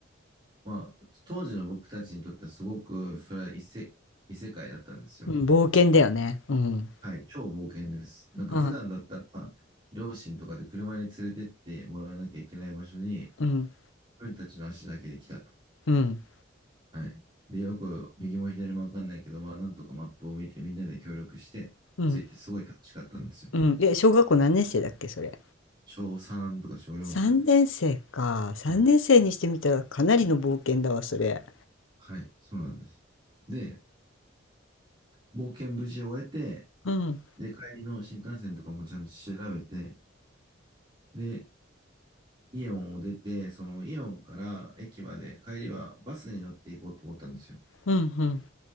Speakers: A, on the right; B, on the left.
A: まあ、当時の僕たちにとってはすごく、それは異世、異世界だったんですよ。
B: うん、冒険だよね。うん。
A: はい、超冒険です。なんか普段だったら、
B: は
A: 両親とかで車に連れてってもらわなきゃいけない場所に、自
B: い。うん。
A: 分たちの足だけで来たと。
B: うん。
A: はい。で、よく右も左もわかんないけど、まあなんとかマップを見てみんなで協力してついてすごい楽しかったんですよ。
B: うん。うん。え、小学校何年生だっけ、それ。
A: 小3とか小4とかです。
B: 3年生か。3年生にしてみたらかなりの冒険だわ、
A: はい。
B: それ。
A: はい。そうなんです。で、冒険無事終えて、
B: うん。
A: で、帰りの新幹線とかもちゃんと調べて、で、イオンを出て、そのイオンから駅まで帰りはバスに乗っていこうと思ったんですよ。
B: うん。うん。